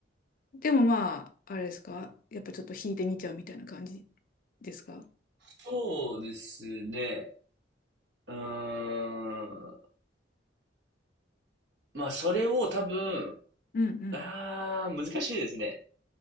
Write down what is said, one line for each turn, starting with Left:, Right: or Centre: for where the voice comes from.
Left: ー、でもまあ、あれですかやっぱちょっと引いてみちゃうみたいな感じですか
Right: そうですね。うーん。まあ、それを多分、
Left: うんうん。
Right: ああ、難しいですね。